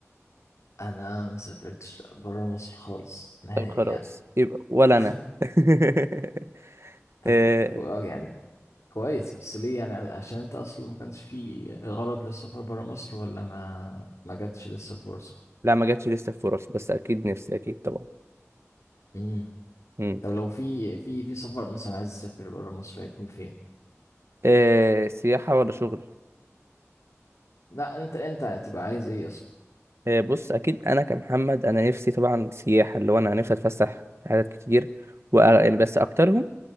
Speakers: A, on the left; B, on the right.
A: انا ما سافرتش بره مصر خالص نهائي
B: طب خلاص
A: يعني
B: يبقى ولا
A: <laughs>
B: انا <laughs>
A: طب
B: أه
A: يعني كويس بس ليه يعني عشان انت اصلا ما كانش في غرض للسفر برا مصر ولا ما ما جاتش لسه الفرصه
B: لا ما جاتش لسه فرص بس اكيد نفسي اكيد طبعا
A: امم
B: مم.
A: طب لو في في في سفر مثلا عايز تسافر برا مصر هيكون فين
B: أه سياحه ولا شغل
A: لا انت انت هتبقى عايز ايه اصلا
B: آه، بص اكيد انا كمحمد انا نفسي طبعا سياحه اللي هو انا نفسي اتفسح في حاجات كتير و يعني بس اكترهم